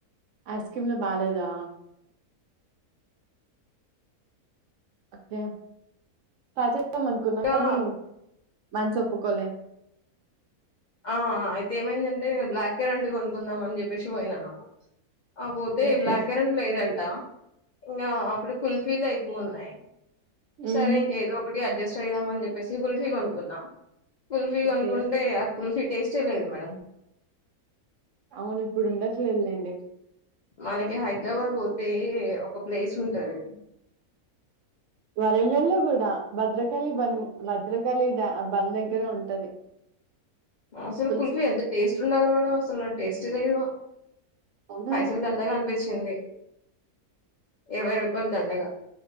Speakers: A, on the right; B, on the left.
A: ఐస్ క్రీమ్ లో బాలేదా ఓకే పచే ఇద్దాం అనుకున్నా
B: ఇంకా
A: కానీ మంచి ఓప్పుకోలే
B: ఆ అయితే ఏమైందంటే నేను బ్లాక్ కేర్ అంటివి కొనుకుందాం అని జెప్పేసి పోయినను ఆ పోతే
A: ఓకే.
B: బ్లాక్ కరెంట్ లేదంటా ఇంగా అక్కడ కుల్ఫీ లే ఎక్కువున్నాయి
A: హ్మ్.
B: సరే ఇంక ఏదో ఒకటి అడ్ అడ్జస్ట్ అయిదామని చెప్పేసి కుల్ఫీ కొనుకున్నా కుల్ఫి కొనుకుంటె
A: ఓకే.
B: ఆ కుల్ఫీ టేస్ట్ ఏ లేదు మేడం
A: అవును ఇప్పుడు ఉండట్లేదు లేండి
B: మనకి హైదరాబాద్ పోతే ఒక ప్లేస్ ఉంటది
A: వరంగల్ లో కూడా భద్రకాళీ బండ్ భద్రకాళి డా బండ్ దగ్గర ఉంటది
B: అసలు
A: తులసి
B: కుల్ఫీ ఎంత టేస్ట్ ఉండాలి మేడం అసలు టేస్ట్ గొ ఇవా
A: అవునా
B: పైసల్ దండగా అనిపించింది ఇరవై రూపాయలు దండగా